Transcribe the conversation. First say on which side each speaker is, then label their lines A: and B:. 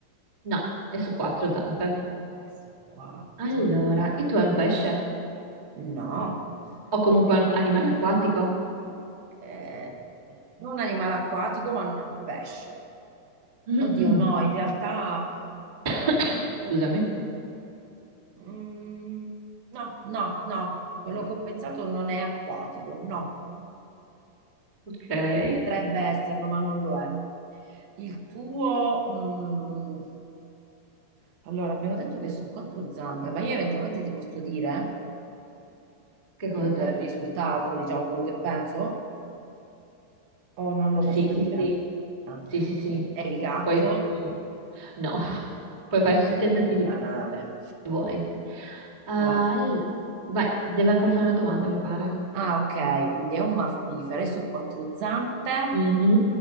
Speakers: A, on the right; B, on the right.
A: No, è su quattro zampe.
B: è su quattro.
A: Allora, il tuo è un pesce?
B: No.
A: O comunque
B: Eh,
A: un animale acquatico?
B: eh, è un animale acquatico, ma non è un pesce.
A: <coughs>
B: Oddio, no, in realtà... eh,
A: <clears throat>
B: oh,
A: Scusami.
B: mm, no, no, no. Quello che ho pensato non è acquatico, no.
A: Ok. Eh,
B: Potrebbe esserlo, ma non lo è. Il tuo... mm, allora, abbiamo detto che è su quattro zampe, ma io eventualmente ti posso dire
A: Che cosa?
B: il risultato, diciamo, quello che penso, o non lo
A: Sì,
B: posso
A: sì,
B: dire?
A: sì,
B: Ah.
A: sì, sì, sì.
B: È il gatto?
A: Poi mm, no, <laughs> puoi
B: È
A: fare tutti
B: un
A: i tentativi
B: po' banale.
A: che vuoi. Ah,
B: Vabbè.
A: Allora, vai, deve ancora fare una domanda, mi pare.
B: Ah, ok, quindi è un mammifero, è su quattro zampe,
A: Mhm.